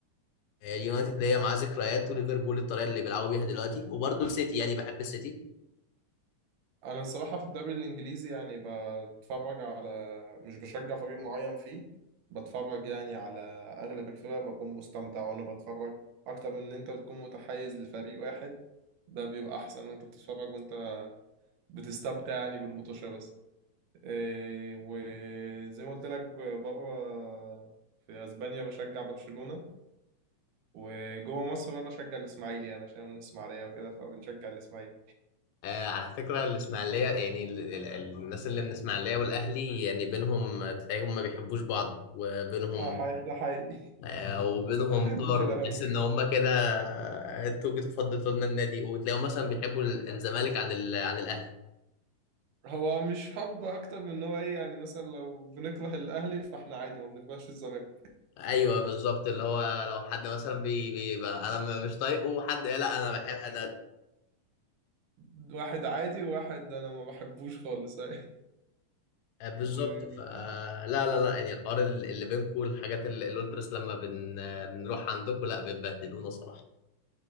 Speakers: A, on the left (about 85°); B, on the right (about 80°).
A: آه، اليونايتد اللي هي معاه ذكريات وليفربول الطريقه اللي بيلعبوا بيها دلوقتي وبرضه السيتي يعني بحب السيتي
B: انا الصراحه في الدوري الانجليزي يعني بتفرج على مش بشجع فريق معين فيه بتفرج يعني على اغلب الفرق بكون مستمتع وانا بتفرج اكتر من ان انت تكون متحيز لفريق واحد ده بيبقى احسن وانت بتتفرج وانت بتستمتع يعني بالمطوشه بس إيه وزي ما قلت لك بره في اسبانيا بشجع برشلونه وجوه مصر بقى بشجع الاسماعيلي انا عشان من الاسماعيليه وكده فبنشجع الاسماعيلي
A: آه، على فكره الاسماعيليه يعني ال- ال- ال- الناس اللي من الاسماعيليه والاهلي يعني بينهم تلاقيهم ما بيحبوش بعض وبينهم
B: اه حقيقي ده حقيقي
A: آه، وبينهم
B: <laughs>
A: طار
B: مش الاهلي
A: وتحس ان هم كده آه، انتوا جيتوا فضلتوا لنا النادي وتلاقيهم مثلا بيحبوا ال- الزمالك عن ال- عن الاهلي
B: هو مش حب اكتر من ان هو ايه يعني مثلا لو بنكره الاهلي فاحنا عادي ما بنكرهش الزمالك
A: ايوه بالظبط اللي هو لو حد مثلا بي- بيبقى انا م- مش طايقه حد لا انا بحب انا
B: واحد عادي وواحد انا ما بحبوش خالص <laughs>
A: بالظبط
B: وهنا
A: فلا لا لا لا، يعني الحوار اللي بينكم الحاجات اللي اللي قلت بس لما بن... بنروح عندكم لا بتبهدلونا صراحه